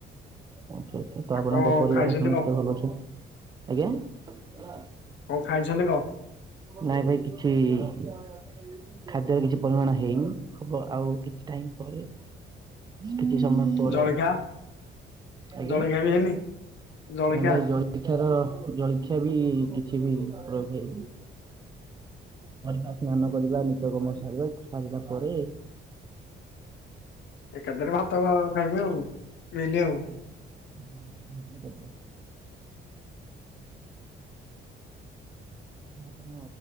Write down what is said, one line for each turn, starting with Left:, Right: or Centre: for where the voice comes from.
Right: ଆଛା ଆଛା ତ
Left: ଆଉ
Right: ଆପଣଙ୍କ
Left: କଣ
Right: ପରିବାର
Left: ଖାଇଛନ୍ତି
Right: ସମସ୍ତେ
Left: କଣ
Right: ଭଲ ଅଛନ୍ତି? ଆଜ୍ଞା।
Left: କଣ ଖାଇଛନ୍ତି କଣ?
Right: ନାଇଁ ଭାଇ କିଛି ଇ ଖାଦ୍ୟ କିଛି ପରିମାଣ ହେଇନି ହବ ଆଉ କିଛି ଟାଇମ୍ ପରେ କିଛି ସମୟ ପରେ
Left: ଜଳଖିଆ?
Right: ଆଉ, ଆଜ୍ଞା!
Left: ଜଳଖିଆ ହେଇନି। ଜଳଖିଆ
Right: ନା ଭାଇ, ଜଳଖିଆ ର ଜଳଖିଆ ବି, କିଛି ବି ପ୍ରୟୋଗ ହେଇନି। କରିବା, ସ୍ନାନ କରିବା, ନିିତ୍ୟ କର୍ମ ସାରିବା, ସାରିଲା ପରେ,
Left: ଏକାଥରେ ଭାତ ଖାଇବେ ଆଉ, ମିଲି ଆଉ।
Right: ପ <inaudible> ଆପଣ